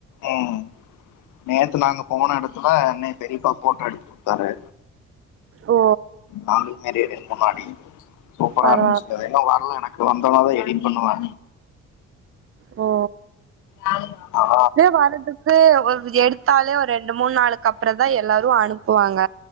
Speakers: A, on the left (about 80°); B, on the right (about 45°).
A: ம் நேத்து நாங்க போன எடத்துல என்ன பெரியப்பா போட்டோ எடுத்து குடுத்தாரு
B: ஓ
A: நாங்களுக்கு மேரேஜ்க்கு முன்னாடி சூப்பரா
B: பரவால
A: இருந்துச்சு இன்னு வரல எனக்கு வ ஒத்தனாதா எடிட் பண்ணலா
B: ஓ
A: ஆனா
B: ஏ வரத்துக்கு எடுத்தாலே ஒரு ரெண்டு மூண் நாளுக்கப்புறந்தா எல்லாரு அனுப்புவாங்க